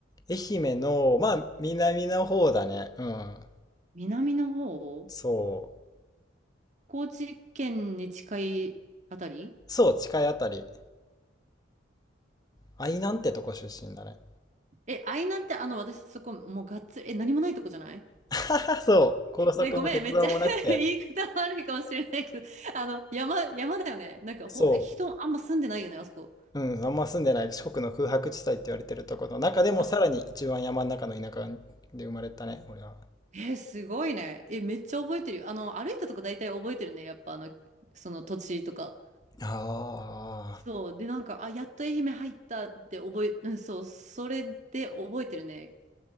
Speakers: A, on the left (about 20°); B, on the right (about 40°).
A: 愛媛の、まあ、南の方だね。うん。
B: 南の方
A: そう。
B: 高知県に近いあたり
A: そう、近いあたり。愛南ってとこ出身だね。
B: え、愛南ってあの、私そこもうがっつり、え、何もないとこじゃない
A: <laughs> そう、高速も鉄道もなくて、
B: え、ごめん、めっちゃ <laughs> 言い方悪いかもしれないけど、あの、山、山だよね。なんかほ、
A: そ
B: 人あんま住んでないよね、あそこ。
A: う、うん、あんま住んでない四国の空白地帯って言われてるところの中でもさらに一番山の中の田舎で生まれたね、
B: あ、
A: 俺は。
B: えー、すごいね。え、めっちゃ覚えてるよ。あの、歩いたとこ大体覚えてるね。やっぱあの、その土地とか。
A: ああ、
B: そう。で、なんか、あ、やっと愛媛入ったって覚え、うん、そう。それで覚えてるね。